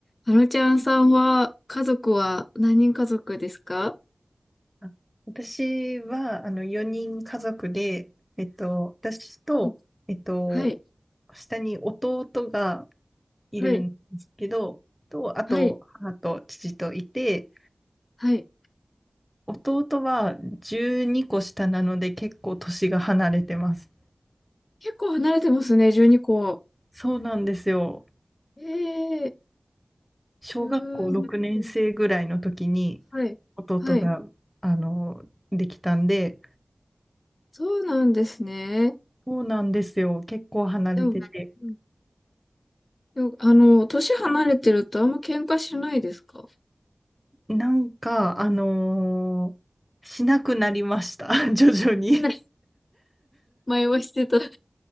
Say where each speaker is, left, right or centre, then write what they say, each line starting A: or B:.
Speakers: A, on the left; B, in the centre.
A: あのちゃんさんは、家族は何人家族ですか
B: あ私は、あの、4人家族で、えっと、私と、
A: うん
B: えっと、
A: はい、
B: 下に弟がいるんですけど、
A: はい、
B: と、あと、
A: はい、
B: 母と父といて、
A: はい。
B: 弟は12個下なので結構年が離れてます。
A: 結構離れてますね、12個。
B: そうなんですよ。
A: ええ
B: 小学校6年生ぐらいの時に
A: 12個。はい、
B: 弟が、
A: はい。
B: あの、できたんで、
A: そうなんですね。
B: そうなんですよ。結構離れてて。
A: でも、うんでもあの、年離れてるとあんま喧嘩しないですか
B: なんか、あのーしなくなりました。<laughs> 徐々に。
A: しない。前はしてた。そ